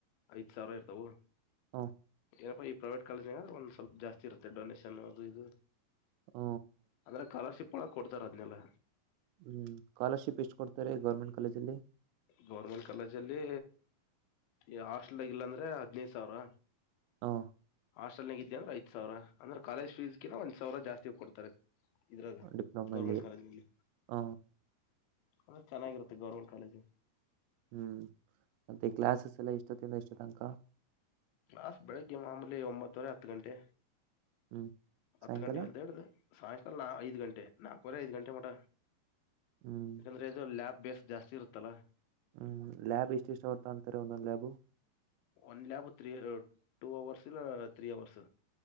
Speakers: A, on the left; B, on the right.
A: ಐದು ಸಾವಿರ ಇರ್ತವು
B: ಹ
A: ಏಪ್ಪ ಇ ಪ್ರೈವೇಟ್ ಕಾಲೇಜ್ ಒಂದು ಸ್ವಲ್ಪ ಜಾಸ್ತಿ ಇರುತ್ತೆ ಡೊನೇಷನ್ ಅದು ಇದು
B: ಹ
A: ಅಂದ್ರೆ ಸ್ಕಾಲರ್ ಶಿಪ್ ಹೋಳಿ ಕೊಡ್ತಾರ ಅದ್ನೆಲ್ಲ
B: ಹೂ ಸ್ಕಾಲರ್ಶಿಪ್ ಎಷ್ಟು ಕೊಡ್ತಾರೆ ಗವರ್ಮೆಂಟ್ ಕಾಲೇಜ ಅಲ್ಲಿ
A: ಗೌರ್ಮೆಂಟ್ ಕಾಲೇಜಲ್ಲಿ ಈ ಹಾಸ್ಟೆಲ್ ಆಗ ಇಲ್ಲಾಂದ್ರೆ ಹದ್ನೈದು ಸಾವಿರ
B: ಹ
A: ಹಾಸ್ಟೆಲ್ ನಾಗ್ ಇದ್ದಿ ಅಂದ್ರ ಐದ ಸಾವಿರ ಅಂದರ್ ಕಾಲೇಜ ಫೀಸ್ ಗಿಣ್ಣ ಒಂದ ಸಾವರ ಜಾಸ್ತಿ ಕೊಡ್ತಾರೆ ಇದ್ರದು
B: ಡಿಪ್ಲೊಮಲ್ಲಿ
A: ಗೌರ್ಮೆಂಟ್ ಕಾಲೇಜಲ್ಲಿ
B: ಹ
A: ಅಂದ್ರೆ ಚೆನ್ನಾಗಿರುತ್ತೆ ಗೌರ್ಮೆಂಟ್ ಕಾಲೇಜು
B: ಹು ಮತ್ತೆ ಕ್ಲಾಸಸ್ ಎಲ್ಲ ಎಷ್ಟದಿಂದ ಏಷ್ಟರ ತನಕ
A: ಕ್ಲಾಸ್ ಬೆಳಿಗ್ಗೆ ಮಾಮೂಲಿ ಒಂಬತ್ತುವರೆ ಹತ್ತು ಗಂಟೆ
B: ಹ್ಮ್
A: ಹತ್ತು
B: ಸಾಯಂಕಾಲ
A: ಗಂಟೆ ಇಂದ ಹಿಡದ ಸಾಯಂಕಾಲ ನಾ ಐದು ಗಂಟೆ ನಾಲ್ಕವರೆ ಐದು ಗಂಟೆ ಮಟ
B: ಹ್ಮ್
A: ಯಾಕಂದ್ರೆ ಇದು ಲ್ಯಾಬ್ ಬೇಸ್ ಜಾಸ್ತಿ ಇರುತ್ತಲ್ಲಾ
B: ಹು ಲ್ಯಾಬ್ ಎಷ್ಟು ಎಷ್ಟು ಆತ ಅಂತಾರೆ ಒಂದೊಂದ್ lab
A: one lab three two hours ಇಲ್ಲ ತ್ರ್ರೀ ಅವರ್ಸ್